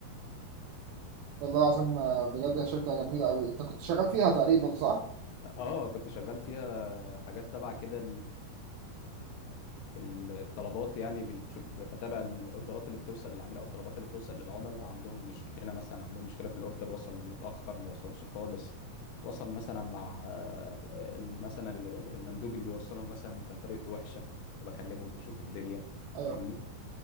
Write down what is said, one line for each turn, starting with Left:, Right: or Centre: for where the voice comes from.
Right: والله العظيم آه، بجد يا شركة جميلة أوي أنت كنت شغال فيها تقريبا صح؟
Left: اه كنت شغال فيها حاجات تبع كده الطلبات يعني بنش- بتابع الاوردرات اللي بتوصل للعميل او الطلبات اللي بتوصل للعملاء عندهم مشكله مثلا عندهم مشكله في الاوردر وصل متاخر ما وصلش خالص وصل مثلا مع آه، ال- مثلا ال- ال- المندوب اللي بيوصلهم مثلا كان طريقته وحشه بكلمه بشوف الدنيا
Right: ايوه
Left: فاهمني